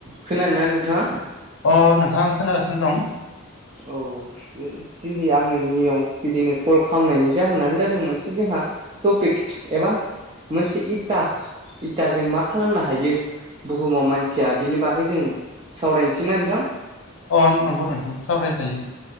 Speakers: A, on the right; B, on the left.
A: खोनादों ना नोंथाङा
B: अ नोंथां खोनागासिनो दं
A: औ दिनै आं नोंनियाव बिदिनो कल खालामनायनि जाहोनानो जादों मोनसे जोंहा टपिक्स एबा मोनसे इथा इथाजों मा खालामनो हायो बुहुमाव मानसिया बेनि बागै जों सावरायनोसै ना नोंथां
B: अ नंगौ नोंथां सावरायजायो